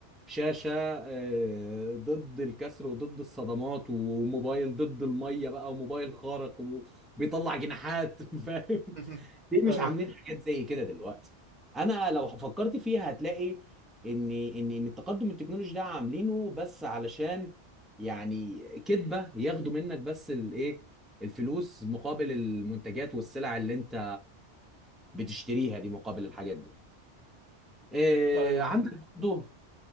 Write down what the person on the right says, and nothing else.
<laughs>
ايوه
ايوه